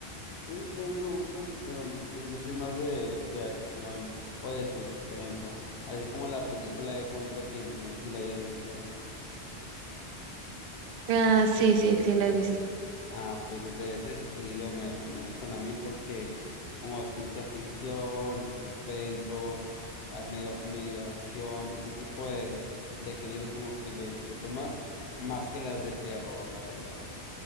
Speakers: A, on the left; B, on the right.
A: Sí, a mí también me gustan, pero yo, yo soy más de, de acción o de suspenso. Así como la película de Contratiempo, no sé si la hayas visto.
B: Ah, sí, sí, sí, la he visto.
A: Ah, pues de ese estilo me, me gustan a mí porque como ciencia ficción, suspenso, ah, medio, medio acción, ese tipo de, de géneros como que lo disfruto más, más que las de terror, la verdad.